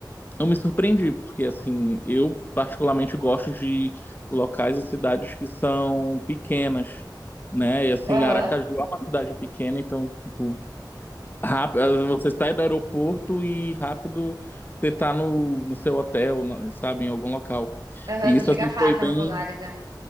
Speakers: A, on the left (about 25°); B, on the right (about 55°).
A: eu me surpreendi, porque assim, eu particularmente gosto de locais e cidades que são pequenas, né? E assim,
B: Aham,
A: Aracaju é uma cidade pequena, então, tipo, rápido, você sai do aeroporto e rápido você tá no, no seu hotel, na- sabe, em algum local.
B: aham.
A: E
B: Você
A: isso
B: chega
A: assim
B: fácil
A: foi bem
B: nos lugares, né?